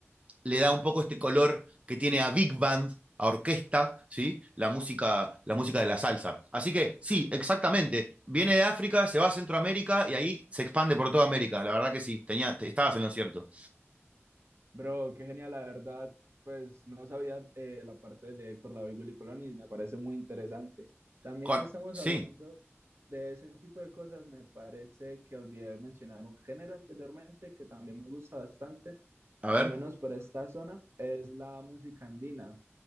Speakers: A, on the right; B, on the right.
A: le da un poco este color que tiene a big band, a orquesta, ¿sí? La música, la música de la salsa. Así que sí, exactamente. Viene de África, se va a Centroamérica y ahí se expande por toda América. La verdad que sí, tenía, estabas en lo cierto.
B: Bro, qué genial, la verdad, pues no sabía eh, la parte de Héctor Lavoe y Willy Colón y me parece muy interesante. También
A: Con-
B: que estamos
A: sí,
B: hablando de ese tipo de cosas, me parece que olvidé mencionar un género anteriormente que también me gusta bastante,
A: a
B: al
A: ver.
B: menos por esta zona, es la música andina.